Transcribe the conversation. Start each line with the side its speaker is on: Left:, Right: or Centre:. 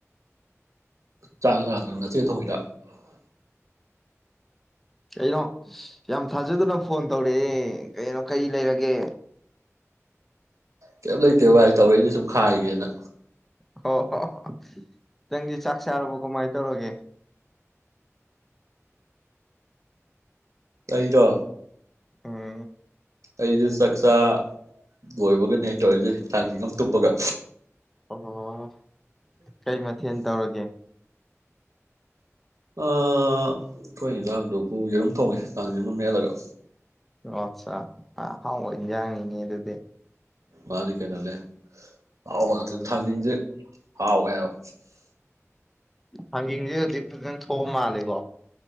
Right: ꯆꯥꯛ ꯅꯆꯦꯅ ꯊꯣꯡꯉꯤꯔꯣ꯫
Centre: ꯀꯩꯅꯣ ꯌꯥꯝ ꯊꯥꯖꯗꯅ ꯐꯣꯟ ꯇꯧꯔꯛꯑꯦ ꯀꯩꯅꯣ ꯀꯔꯤ ꯂꯩꯔꯒꯦ꯫
Right: ꯀꯩꯝ ꯂꯩꯇꯦ ꯚꯥꯏ ꯇꯧꯔꯛꯏꯅꯤ ꯁꯨꯝ ꯈꯥꯏꯒꯦꯅ꯫
Centre: ꯍꯣꯏ ꯍꯣ ꯍꯣꯏ ꯅꯪꯗꯤ ꯆꯥꯛ ꯆꯥꯔꯕꯣ ꯀꯃꯥꯏꯅ ꯇꯧꯔꯒꯦ꯫
Right: ꯑꯩꯗꯣ꯫
Centre: ꯎꯝ꯫
Right: ꯑꯩꯁꯦ ꯆꯥꯛꯆꯥ ꯂꯣꯏꯕꯒꯅꯦ ꯑ ꯇꯧꯔꯤꯁꯦ ꯊꯥꯡꯖꯦꯡ ꯑꯃ ꯇꯨꯞꯄꯒ꯫
Centre: ꯑꯣ꯫ ꯀꯩ ꯃꯊꯦꯜ ꯇꯧꯔꯒꯦ꯫
Right: ꯑꯥ ꯑꯩꯈꯣꯏ ꯍꯤꯡꯖꯥꯡꯗꯨꯕꯨ ꯌꯦꯔꯨꯝ ꯊꯣꯡꯉꯦ ꯇꯥꯖꯤꯡꯃ ꯃꯦꯠꯂꯒ
Centre: ꯑꯣ ꯑꯠꯆꯥ ꯑ ꯍꯥꯎꯕ ꯏꯟꯖꯥꯡꯅꯤꯡꯅꯦ ꯑꯗꯨꯗꯤ
Right: ꯃꯥꯅꯤ ꯀꯩꯅꯣꯅꯦ ꯑꯍꯥꯎꯕ
Centre: ꯎꯝ
Right: ꯉꯥꯛꯇꯅꯦ ꯊꯥꯡꯖꯤꯡꯖꯦ ꯍꯥꯎꯋꯦꯕ
Centre: ꯊꯥꯡꯒꯡꯖꯦ ꯍꯧꯖꯤꯛ ꯐꯖꯅ ꯊꯣꯛꯑ ꯃꯥꯜꯂꯦꯀꯣ